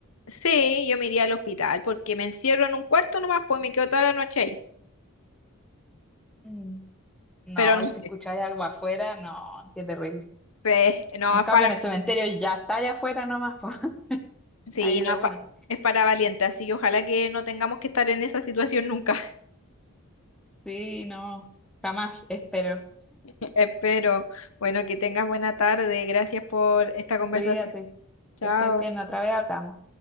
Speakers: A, on the left; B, in the centre.
A: sí, yo me iría al hospital porque me encierro en un cuarto nomás, pues me quedo toda la noche ahí.
B: Mm. No,
A: Pero no
B: y si
A: sé,
B: escucháis algo afuera, no, qué terrible.
A: pues, no
B: En
A: es
B: cambio,
A: para...
B: en el cementerio ya está allá afuera nomás, po, <laughs>
A: Sí,
B: ahí de
A: no,
B: una.
A: pa- es para valientes así que ojalá que no tengamos que estar en esa situación nunca.
B: Sí, no, jamás, espero.
A: <laughs> Espero. Bueno, que tengas buena tarde. Gracias por esta conversación.
B: Cuídate,
A: Chao.
B: que estés bien, otra vez hablamos.